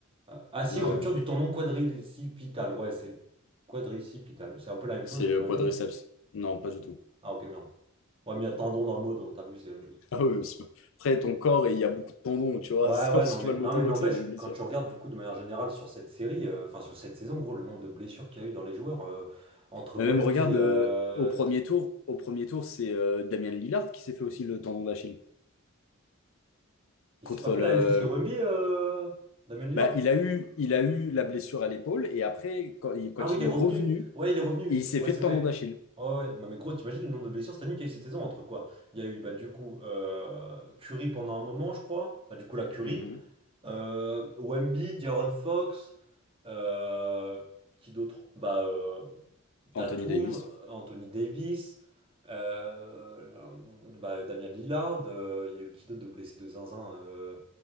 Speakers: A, on the right; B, on the left.
A: euh, ah si,
B: Ouais.
A: rupture du tendon quadricipital. Ouais, c'est quadricipital. C'est un peu la même
B: C'est
A: chose,
B: le
A: j'imagine.
B: quadriceps. Non, pas du tout.
A: Ah, ok, merde. Ouais, mais il y a tendon dans le mot, donc t'as vu, c'est la même chose.
B: Ah oui, parce que après, ton corps, et il y a beaucoup de tendons, tu vois.
A: Ouais,
B: <laughs> C'est
A: ouais,
B: pas parce
A: non,
B: que
A: mais
B: tu vois le
A: non,
B: mot tendon
A: mais n'empêche,
B: que c'est la même blessure.
A: quand tu regardes du coup de manière générale sur cette série, euh, enfin sur cette saison, gros, le nombre de blessures qu'il y a eu dans les joueurs euh, entre
B: Mais
A: Wemby,
B: même, regarde,
A: euh,
B: euh, au premier tour, au premier tour, c'est euh, Damien Lillard qui s'est fait aussi le tendon d'Achille.
A: il
B: Contre
A: s'est pas fait
B: le...
A: la même chose que Wemby, euh, Damien Lillard?
B: Bah, il a eu, il a eu la blessure à l'épaule, et après, quand il, quand
A: Ah oui, il
B: il
A: est revenu,
B: est revenu,
A: ouais, il est revenu,
B: il s'est
A: ouais,
B: fait
A: c'est
B: le
A: vrai.
B: tendon d'Achille.
A: Ouais, ouais, non, mais gros, t'imagines le nombre de blessures cette année qu'il y a eu cette saison entre quoi? Il y a eu bah, du coup euh, Curry pendant un moment, je crois, bah, du coup la Curry,
B: Mhm.
A: Euh, Wemby, De'Aaron Fox, euh, qui d'autre? Bah, euh, Tatum,
B: Anthony Davis.
A: Anthony Davis, euh, bah, Damian Lillard, euh, il y a eu qui d'autre de blessé de zinzin? euh,